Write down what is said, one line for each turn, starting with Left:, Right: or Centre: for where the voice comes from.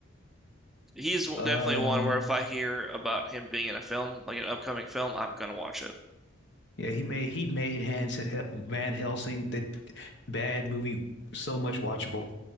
Centre: He's definitely
Left: Uh,
Centre: one where if I hear about him being in a film, like an upcoming film, I'm gonna watch it.
Left: yeah, he made he made Hans Hel- Van Helsing that bad movie so much watchable.